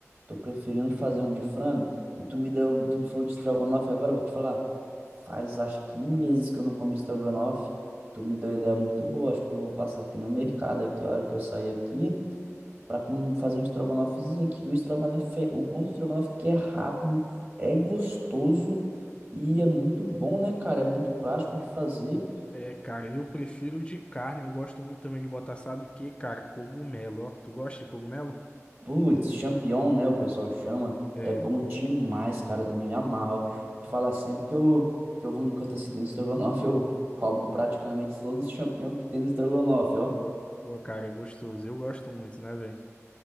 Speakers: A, on the right; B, on the left.
A: tô preferindo fazer um de frango e tu me deu, tu me falou de estrogonofe agora, eu vou te falar. Faz acho que um meses que eu não como estrogonofe. Tu me deu ideia muito boa, acho que eu vou passar aqui no mercado aqui, a hora que eu sair aqui, pra com- fazer um estrogonofezinho aqui. que O estrogonofe, é- o bom do estrogonofe é que é rápido, é gostoso e é muito bom, né, cara? É muito prático de fazer.
B: É, cara, eu prefiro o de carne, eu gosto muito também de botar, sabe o quê, cara? Cogumelo, ó. Tu gosta de cogumelo?
A: Putz, Champion, né? O pessoal chama.
B: É,
A: É bom demais, cara. Eu também me amarro. De falar sempre que eu, que eu vou num canto assim do estrogonofe, <laughs> eu roubo praticamente todos os champignons que tem no estrogonofe, ó.
B: pô, cara, é gostoso. Eu gosto muito, né, velho?